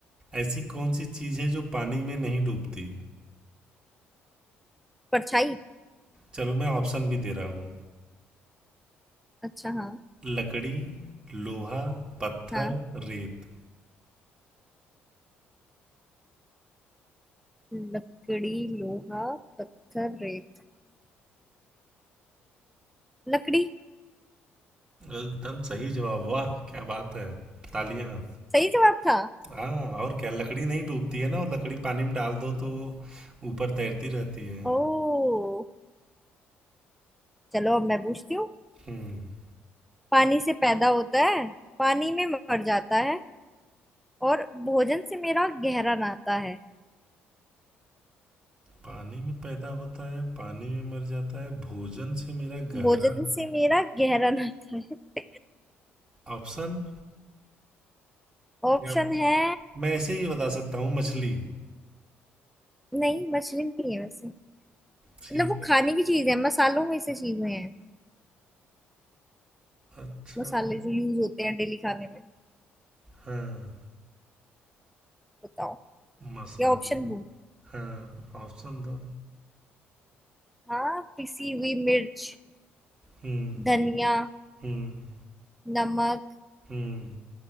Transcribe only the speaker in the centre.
परछाई
अच्छा हाँ
हाँ
लकड़ी लोहा पत्थर रेत लकड़ी
सही जवाब था
ओ चलो अब मैं पूछती हूँ
पानी से पैदा होता है पानी में मर जाता है और भोजन से मेरा गहरा नाता है
भोजन से मेरा गहरा <laughs> नाता है
ऑप्शन
है
नहीं मछली नहीं है वैसे मतलब
वो
खाने की चीज है मसालों में से चीजें हैं
मसाले जो यूज होते हैं डेली खाने में
बताओ
या ऑप्शन दो
हाँ पिसी हुई मिर्च
धनिया
नमक